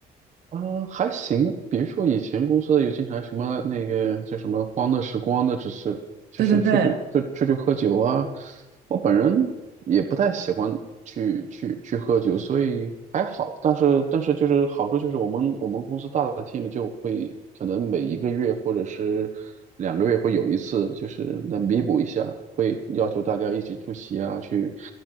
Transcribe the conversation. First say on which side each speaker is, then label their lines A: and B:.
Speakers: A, on the right; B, on the right.
A: 啊，还行。比如说以前公司有经常什么那个叫什么“欢乐时光”的，只是就是出去就出去喝酒啊。
B: 对对对，
A: 我本人也不太喜欢去去去喝酒，所以还好。但是但是就是好处就是我们我们公司大的 team 就会可能每一个月或者是两个月会有一次，就是能弥补一下，会要求大家一起出席啊，去